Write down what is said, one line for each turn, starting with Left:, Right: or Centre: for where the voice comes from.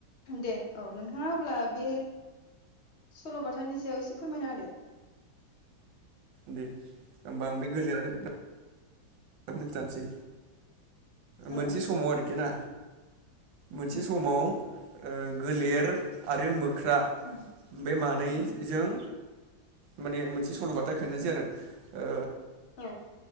Left: दे औ नोंथाङा अब्ला बे सल'बाथानि सायाव एसे फोरमायना होदो।
Right: दे होमबा आं बे गोलेर आरो
Left: उम
Right: नि <unintelligible> थानोसै। मोनसे
Left: औ
Right: समाव आर हायना मोनसे
Left: उम
Right: समाव ओ गोलेर आरो मो ख्रा
Left: उम
Right: बे मानैजों
Left: उम
Right: माने मोनसे सल' बा था खोनथानोसै आरो ओ
Left: औ।